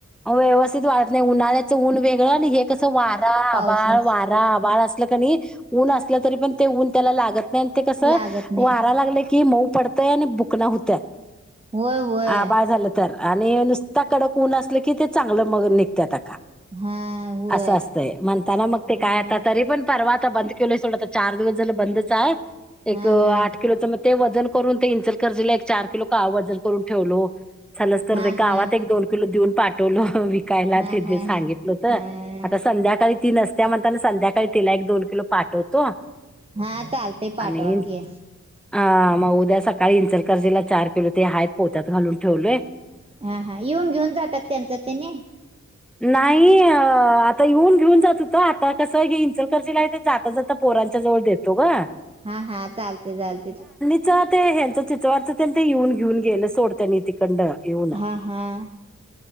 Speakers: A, in the centre; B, on the right.
A: अ व्यवस्थित वाढत नाही उन्हाळ्याचं ऊन वेगळं आणि हे कसं वारा
B: पावसाच
A: आभाळ वारा आभाळ अस.... ऊन असलं तरी पण ते ऊन त्याला लागत नाही ते कस
B: लागत नाही
A: वारा लागलं की मऊ पड.... बुक होत्या
B: होय होय
A: आभाळ झाल की, तर आणि नुसता कड कोण असल की ते चांगलं मग निघतत्या का....
B: हा होय
A: असं असतय म्हणताना मग
B: हा
A: ते
B: हा
A: काय आता तरी पण... परवा आता बंद केलंय थोडस आता चार दिवस झालं बंदच आहे
B: हा
A: एक आठ...
B: हा
A: किलोच मग ते वजन करून ते इचकरंजी ला एक चार किलो का वजन करून ठेवलो. झालंस तर
B: हा
A: ते गावात
B: हा
A: एक दोन किलो देऊन पाठवलं विका.
B: हा
A: सांगितल
B: हा
A: आता संध्याकाळी ती नसतिया म्हण संध्या... का तिला एक दोन किलो पाठवतो
B: हा चालते
A: आणि....
B: पाठवा की
A: हा मग उद्या सकाळी इंचलकरजीला चार किलो ते आहेत पोत्यात घालून ठेवलेय...
B: हा हा येऊन घेऊन जातात त्यांचं त्यांनी......
A: नाही अ आता येऊन घेऊन जात होत आता कसं आहे इंचलकरचे लाईट आहे जाता जाता. पोरांच्या जवळ देतो ग.
B: हा हा चालते चालते.
A: चं ते हेंच चित्रथ त्यांचं ते येऊन घेऊन गेलं सोड तनी तिकंड येऊन
B: हा हा